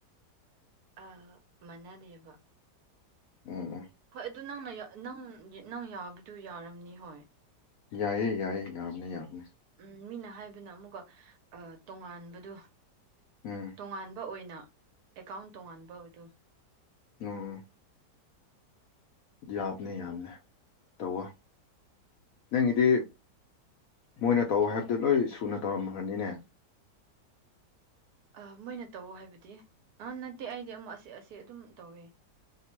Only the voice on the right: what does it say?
ꯑꯥ ꯃꯥꯟꯅꯗꯦꯕ
ꯍꯣꯏ ꯑꯗꯨ ꯅꯪꯅ ꯅꯪ ꯅꯪ ꯌꯥꯕꯗꯨ ꯌꯥꯔꯝꯅꯤ ꯍꯣꯏ
ꯎꯝ ꯃꯤꯅ ꯍꯥꯏꯕꯅ ꯑꯃꯨꯛꯀ ꯑ ꯇꯣꯉꯥꯟꯕꯗꯨ
ꯇꯣꯉꯥꯟꯕ ꯑꯣꯏꯅ ꯑꯦꯀꯥꯎꯟ ꯇꯣꯉꯥꯟꯕ ꯑꯗꯨ
ꯑ ꯃꯣꯏꯅ ꯇꯧꯑꯣ ꯍꯥꯏꯕꯗꯤ ꯑꯥ ꯅꯠꯇꯦ ꯑꯩꯗꯤ ꯑꯃ ꯑꯁꯤ ꯑꯁꯤ ꯑꯗꯨꯝ ꯇꯧꯋꯦ